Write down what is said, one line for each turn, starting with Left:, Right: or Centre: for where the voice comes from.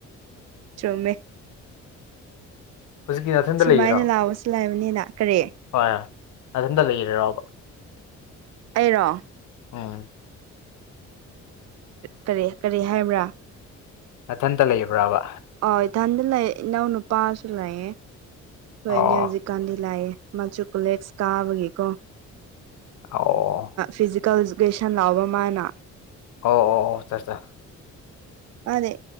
Right: ꯆꯨꯝꯃꯦ
Left: ꯍꯧꯖꯤꯛꯀꯤ ꯅꯥꯊꯟꯗ
Right: ꯁꯨꯃꯥꯏꯅ
Left: ꯂꯩꯔꯤꯔꯣ
Right: ꯂꯥꯛꯑꯣꯁꯨ ꯂꯥꯏꯕꯅꯤꯅ ꯀꯔꯤ
Left: ꯍꯣꯏ ꯅꯊꯟꯇ ꯂꯩꯔꯥꯔꯣꯕ
Right: ꯑꯩꯔꯣ
Left: ꯎꯝ
Right: ꯀꯔꯤ ꯀꯔꯤ ꯍꯥꯏꯕ꯭ꯔꯥ
Left: ꯅꯊꯟꯇ ꯂꯩꯕ꯭ꯔꯥꯕ
Right: ꯑ ꯏꯊꯟꯗ ꯂꯩ ꯏꯅꯥꯎ ꯅꯨꯄꯥꯁꯨ ꯂꯩꯌꯦ ꯍꯣꯏꯅꯦ
Left: ꯑꯣ
Right: ꯍꯧꯖꯤꯛꯀꯥꯟꯗꯤ ꯂꯥꯛꯑꯦ ꯃꯖꯨ ꯀꯨꯂꯦꯛꯁ ꯀꯥꯕꯒꯤꯀꯣ
Left: ꯑꯣ ꯑꯣ
Right: ꯐꯤꯖꯤꯀꯦꯜ ꯏꯖꯨꯀꯦꯁꯟ ꯂꯥꯎꯕ ꯃꯥꯅ
Left: ꯑꯣ ꯑꯣ ꯑꯣꯆꯆꯥ
Right: ꯃꯥꯅꯦ